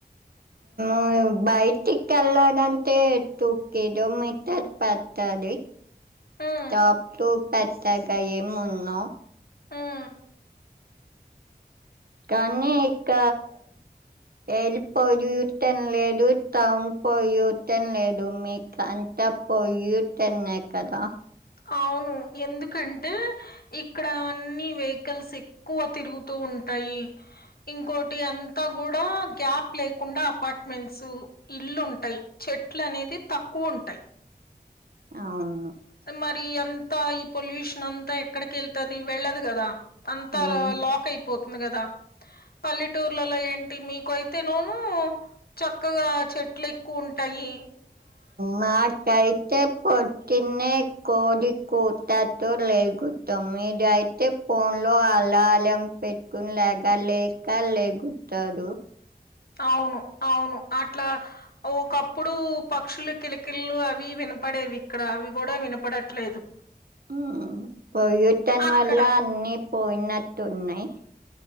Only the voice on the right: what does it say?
అవున్ బయటికేళ్ళడంటే. టూ కీదోమితాద్ పతది.
జాప్తో పెట్టగా ఏం ఉన్నా.
కానీ ఇక్క యెల్ పోజుతన్ లేదు, తౌన్ పోలుతన్ లేదు, మీకంత పోయితెన్నే కదా
అవును
ఉమ్
మాకైతే పొటిన్నె కోది కుతతో లేగుతాం. మీద అయితే ఫోన్ లో అల్లాలం పెట్టుకుని లేవ్ లెగలెక లెగుత్తాదు.
ఉమ్ పొయ్యూటన్
వల్ల అన్ని పోయినట్ ఉన్నాయ్.